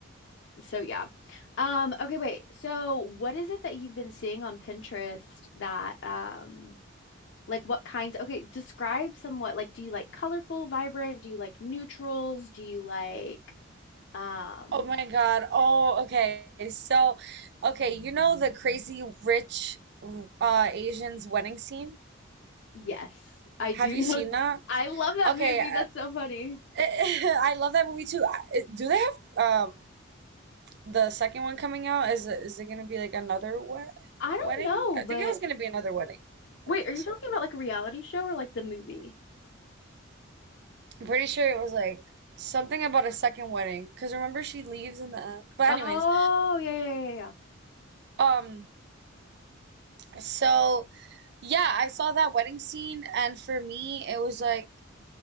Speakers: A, on the left (about 60°); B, on the right (about 55°).
A: So yeah. Um, okay, wait. So what is it that you've been seeing on Pinterest that um like what kinds okay, describe somewhat like do you like colorful, vibrant, do you like neutrals, do you like um
B: Oh my God. Oh, okay. So, okay, you know the crazy rich uh Asians wedding scene?
A: yes, I do
B: Have you
A: <laughs> know
B: seen
A: that.
B: that?
A: I love that
B: Okay,
A: movie.
B: I,
A: That's so funny.
B: <laughs> I love that movie too. I- Do they have um the second one coming out? Is it, is it gonna be like another wed
A: I
B: wedding?
A: don't know,
B: I
A: but
B: think it was gonna be another wedding.
A: wait,
B: I think
A: are you
B: so.
A: talking about like a reality show or like the movie?
B: I'm pretty sure it was like something about a second wedding because remember she leaves in the end. But
A: Oh,
B: anyways,
A: yeah, yeah, yeah, yeah. yeah.
B: um, so. Yeah, I saw that wedding scene, and for me, it was like